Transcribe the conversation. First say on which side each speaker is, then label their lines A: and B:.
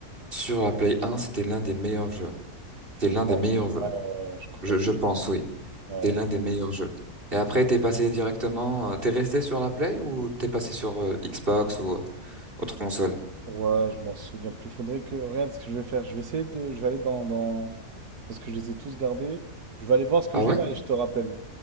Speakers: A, on the right (about 35°); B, on the right (about 85°).
A: sur la Play 1, c'était l'un des meilleurs jeux. C'était
B: je
A: l'un
B: pense.
A: des meilleurs jeux.
B: Ouais, ouais, ouais, ouais, je crois
A: Je,
B: aussi.
A: je pense, oui.
B: Ouais,
A: C'était
B: ouais.
A: l'un des meilleurs jeux. Et après, t'es passé directement, euh, t'es resté sur la Play ou t'es passé sur euh, Xbox ou euh, autre console?
B: Ouais, je m'en souviens plus. Faudrait que. Regarde ce que je vais faire. Je vais essayer de. Je vais aller dans, dans... Parce que je les ai tous gardés. Je vais aller voir ce que
A: Ah
B: j'ai
A: ouais?
B: là et je te rappelle.